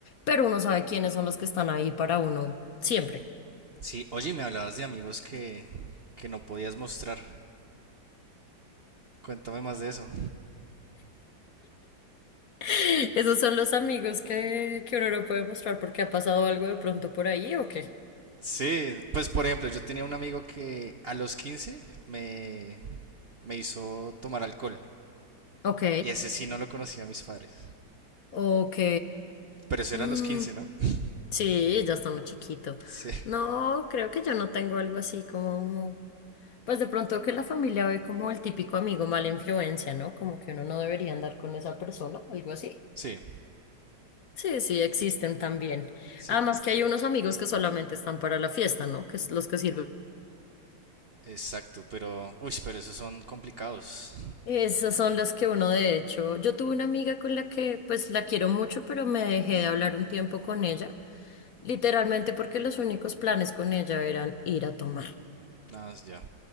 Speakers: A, on the left (about 60°); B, on the right (about 65°).
A: pero uno sabe quiénes son los que están ahí para uno siempre.
B: Sí, oye, me hablabas de amigos que, que no podías mostrar. Cuéntame más de eso.
A: <laughs> Esos son los amigos que, que uno no puede mostrar porque ha pasado algo de pronto por ahí ¿o qué?
B: Sí, pues por ejemplo, yo tenía un amigo que a los 15 me, me hizo tomar alcohol.
A: Ok,
B: Y ese sí no lo conocía a mis padres.
A: ok.
B: Pero eso
A: Mm,
B: era a los 15, ¿no? <laughs>
A: sí, ya está muy chiquito.
B: Sí,
A: No, creo que yo no tengo algo así como... Pues de pronto que la familia ve como el típico amigo mala influencia, ¿no? Como que uno no debería andar con esa persona, algo así.
B: sí,
A: Sí, sí, existen también.
B: sí,
A: Además que hay unos amigos que solamente están para la fiesta, ¿no? Que es los que sirven.
B: exacto. Pero, uy, pero esos son complicados.
A: Esas son las que uno de hecho, yo tuve una amiga con la que pues la quiero mucho, pero me dejé de hablar un tiempo con ella, literalmente porque los únicos planes con ella eran ir a tomar.
B: Nada más ya.